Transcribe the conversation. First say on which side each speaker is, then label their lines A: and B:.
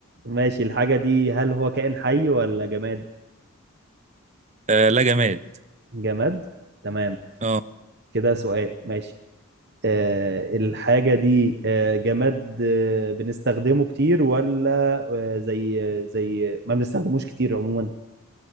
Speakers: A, on the right (about 50°); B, on the right (about 30°).
A: ماشي الحاجة دي هل هو كائن حي ولا جماد؟
B: آه لا جماد
A: جماد تمام
B: اه
A: كده سؤال ماشي آه الحاجة دي آه جماد آه بنستخدمه كتير ولا آه زي آه، زي ما بنستخدموش كتير عموما